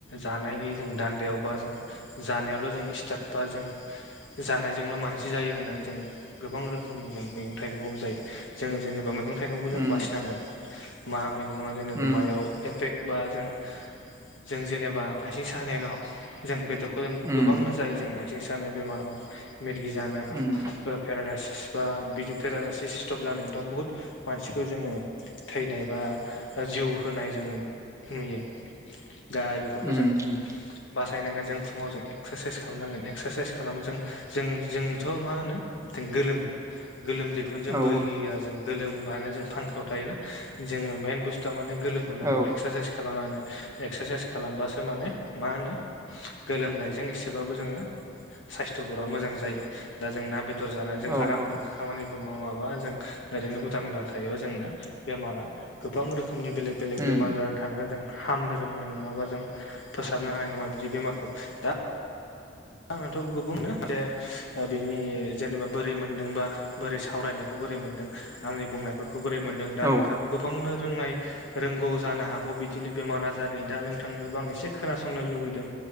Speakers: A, on the left; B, on the right.
A: जानायनि जों दान्दायावबा जों जानायावल' जों स्टार्ट बा जों जानायजोंल' मानसि जायो होननानै जों गोबां रोखोमनि जों मैगं थाइगंखौबो जायो जोंङो जेनेबा मैगंं थाइगंबो जों
B: उम
A: बासिनांगोन मा मैगं जेनेबा
B: उम
A: मायाव एफेक्ट बा जों जों जेनेबा आथिं सानायानो जों बेदरखौ जों
B: उम
A: गोबांनो जायो जों आथिं सानाय बेमार हग मिरगि जानाय हग
B: उम
A: पेरालायसिस बा बिदि पेरालायसिस स्टप जानायानोथ' बुहुत मानसिखौ जोङो थैनाय बा जिउ होनाय जों नुयो दा बेफोरखौ
B: उम
A: जों
B: उम
A: बासायनांगोन जों फुङाव जों एक्सारसाइस खालामनांगोन एक्सारसाइस खालाम जों जों जोंथ' मा होनो जों गोलोम गोलोमदै बेखौनो जों
B: औ
A: बोहिया जों गोलोमबानो जों फांखायाव थायोना जोङो मेन बुस्थुआ माने गोलोम होनांगौ
B: औ
A: एक्सारसाइस खालामनानै एक्सारसाइस खालामबासो माने मा होनो गोलोमनायजों एसेबाबो जोंङो साइस्थ'फोरा मोजां जायो दा जों ना बेदर जानानै जों
B: औ
A: आरामजों
B: औ
A: खामानिबो मावाबा जों ओरैनो उदां उदां थायोबा जोंना बेमारा गोबां रोखोमनि बेलेग बेलेग
B: उम
A: बेमार जानानै थांगोन जों हामनो रोंनाय नङाबा जों फोसाबनो हानाय नंङा बिदि बेमारखौ दा आंनाथ' गुबनो जे बिनि जेनेबा बोरै मोनदोंबा बोरै सावरायनो खौ बोरै मोनदों आंनि बुंनायफोरखौ बोरै मोन्दों दा
B: औ
A: नोंथाङाबो गोबांनो रोंनाय रोंगौ जानो हागौ बिदिनो बेमार आजारनि दा नोंथांनिफ्रायबो आं एसे खोनासंनो लुबैदों।